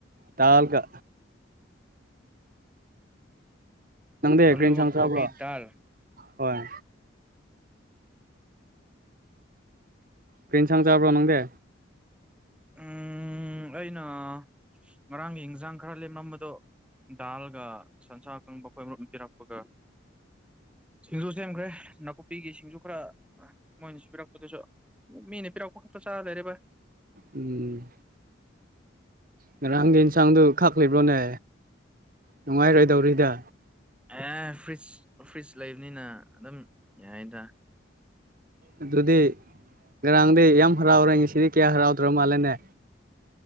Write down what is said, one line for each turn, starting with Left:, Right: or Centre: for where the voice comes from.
Right: ꯗꯜ ꯀ ꯅꯪꯗ ꯍ
Centre: ꯑꯂꯨ
Right: ꯀꯅ ꯁ ꯆꯕ꯭ꯔꯣ
Centre: ꯀꯣꯕꯤ ꯗꯥꯜ
Right: ꯍꯣꯏ ꯀ꯭ꯔꯔꯤꯦꯟꯁꯥꯡꯖꯕ꯭ꯔꯣ ꯅꯪꯗꯦ
Centre: ꯎꯝ ꯑꯩꯅ ꯉꯔꯥꯡꯒꯤ ꯏꯟꯖꯥꯡ ꯈꯔ ꯂꯦꯝꯃꯝꯕꯗꯣ ꯗꯥꯜꯒ ꯁꯟꯁꯥ ꯀꯪꯕ ꯑꯩꯈꯣꯏ ꯃꯔꯨꯝ ꯄꯤꯔꯛꯄꯒ ꯁꯤꯡꯖꯨ ꯁꯦꯝꯈ꯭ꯔꯦ ꯅꯥꯀꯨꯞꯄꯤꯒꯤ ꯁꯤꯡꯖꯨ ꯈꯔ ꯃꯣꯏꯅꯁꯨ ꯄꯤꯔꯛꯄꯗꯨꯁꯨ ꯃꯤꯅ ꯄꯤꯔꯛꯄ ꯈꯛꯇ ꯆꯥ ꯂꯩꯔꯦꯕ
Right: ꯎꯝ ꯉꯔꯥꯡꯒꯤ ꯏꯟꯁꯥꯡꯗꯨ ꯈꯥꯛꯂꯤꯕ꯭ꯔꯣꯅꯦ ꯅꯨꯡꯉꯥꯏꯔꯣꯏꯗꯧꯔꯤꯗ
Centre: ꯑꯦ ꯐ꯭ꯔꯤꯖ ꯐ꯭ꯔꯤꯖ ꯂꯩꯕꯅꯤꯅ ꯑꯗꯨꯝ ꯌꯥ ꯍꯥꯏꯗ
Right: ꯑꯗꯨꯗꯤ ꯉꯔꯥꯡꯗꯤ ꯌꯥꯝ ꯍꯔꯥꯎꯔꯦ ꯉꯁꯤꯗꯤ ꯀꯌꯥ ꯍꯔꯥꯎꯗ꯭ꯔ ꯃꯥꯜꯂꯦꯅꯦ